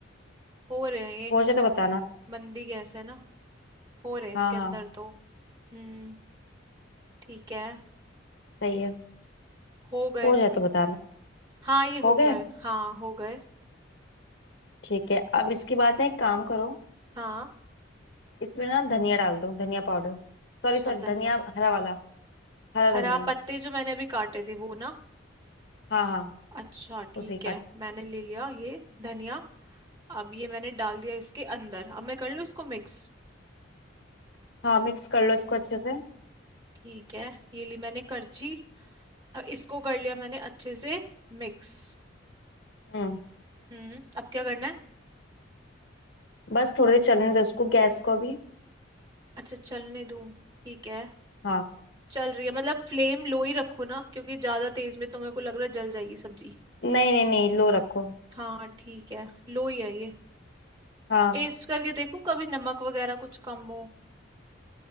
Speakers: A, on the right; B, on the left.
A: हो रहे हैं ये
B: हो जाए तो
A: मन
B: बताना
A: मंदी गैस है ना हो रहे हैं
B: हाँ
A: इसके
B: हाँ
A: अंदर तो हम्म ठीक है
B: सही है
A: हो गए
B: हो जाए तो बताना
A: हाँ ये
B: हो
A: हो
B: गए
A: गए हाँ हो गए
B: ठीक है अब इसके बाद ना एक काम करो
A: हाँ
B: इसमें ना धनिया डाल दो धनिया पाउडर सॉरी
A: अच्छा
B: सॉरी
A: धनिया
B: धनिया हरा वाला हरा
A: हरा
B: धनिया
A: पत्ते जो मैंने अभी काटे थे वो ना
B: हाँ हाँ
A: अच्छा ठीक
B: उसे ही काटो
A: है मैंने ले लिया ये धनिया अब ये मैंने डाल दिया इसके अंदर अब मैं कर लूँ इसको मिक्स
B: हाँ मिक्स कर लो इसको अच्छे से
A: ठीक है ये ली मैंने करछी अब इसको कर लिया मैंने अच्छे से मिक्स
B: हम्म
A: हम्म अब क्या करना है
B: बस थोड़ी देर चलने दो इसको गैस को भी
A: अच्छा चलने दूँ ठीक है
B: हाँ
A: चल रही है मतलब फ्लेम लो ही रखो ना क्योंकि ज्यादा तेज में तो मेरे को लग रहा है जल जाएगी सब्जी
B: नहीं नहीं नहीं लो रखो
A: हाँ ठीक है लो ही है ये
B: हाँ
A: टेस्ट करके देखो कभी नमक वगैरह कुछ कम हो